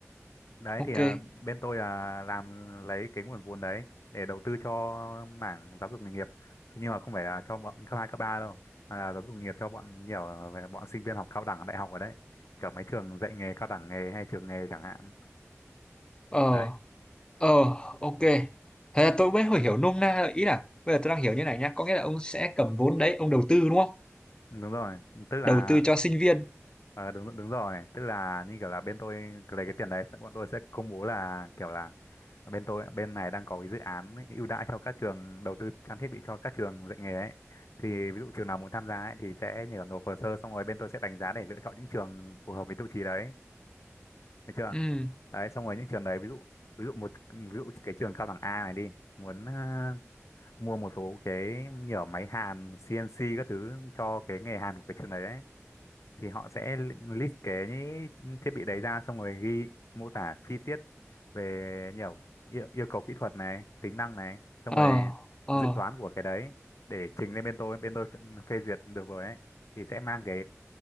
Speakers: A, on the left; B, on the left.
A: đấy
B: ok.
A: thì à, bên tôi là làm lấy cái nguồn vốn đấy để đầu tư cho mảng giáo dục nghề nghiệp nhưng mà không phải là cho bọn cấp hai cấp ba đâu mà là giáo dục nghề nghiệp cho bọn nhiều về bọn sinh viên học cao đẳng đại học ở đấy kiểu mấy trường dạy nghề cao đẳng nghề hay trường nghề chẳng hạn
B: Ờ,
A: đấy
B: ờ, ok. Thế là tôi mới hiểu hiểu nôm na rồi. Ý là bây giờ tôi đang hiểu như này nhá. Có nghĩa là ông sẽ cầm vốn đấy, ông đầu tư đúng không?
A: đúng rồi tức là
B: Đầu tư cho sinh viên.
A: Ờ đúng đúng rồi, tức là như kiểu là bên tôi lấy cái tiền đấy sẽ- bọn tôi sẽ công bố là kiểu là bên tôi bên này đang có cái dự án ấy, ưu đãi cho các trường đầu tư trang thiết bị cho các trường dạy nghề ấy. Thì ví dụ trường nào muốn tham gia ấy, thì sẽ nhờ nộp hồ sơ xong rồi bên tôi sẽ đánh giá để lựa chọn những trường phù hợp với tiêu chí đấy, được chưa?
B: Ừ.
A: Đấy xong rồi những trường đấy ví dụ ví dụ một ví dụ cái trường cao đẳng A này đi muốn ờ, mua một số cái nhiều máy hàn CNC các thứ cho cái nghề hàn của cái trường đấy thì họ sẽ list cái những thiết bị đấy ra xong rồi ghi mô tả chi tiết về nhiều yêu, yêu cầu kỹ thuật này tính năng này xong
B: ờ
A: rồi
B: ờ
A: dự toán của cái đấy để trình lên bên tôi bên tôi phê phê duyệt được rồi ấy thì sẽ mang cái